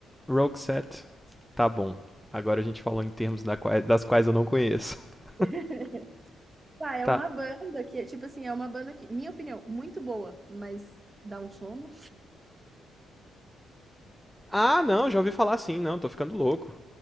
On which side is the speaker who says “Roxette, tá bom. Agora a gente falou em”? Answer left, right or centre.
Centre